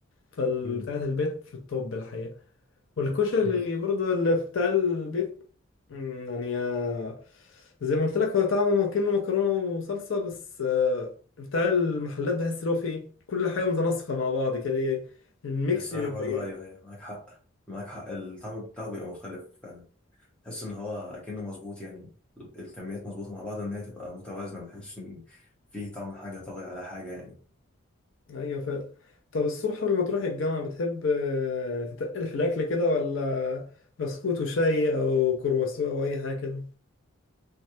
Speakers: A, on the left; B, in the centre.
A: فبتاعة
B: مم.
A: البيت في الطب الحقيقة والكشري
B: <laughs>
A: اللي برضه اللي بتاع البيت مم، يعني آه، زي ما قلت لك هو طعمه ممكنه مكرونة وصلصة بس آه، بتاع المحلات بحس اللي هو فيه إيه، كل حاجة متناسقة مع بعض كده هي الميكس
B: الصراحة
A: بيبقى
B: برضو
A: جامد
B: أيوه أيوه معاك حق معاك حق الطعم بتاعه بيبقى مختلف فعلا تحس إن هو أكنه مظبوط يعني الكميات مظبوطة مع بعض إن هي تبقى متوازنة ما تحسش إن في طعم حاجة طاغي على حاجة يعني
A: ايوه ف... طب الصبح قبل ما تروح الجامعة بتحب آه، تتقل في الأكل كده ولا بسكوت وشاي أو كرواسون أو أي حاجة كده؟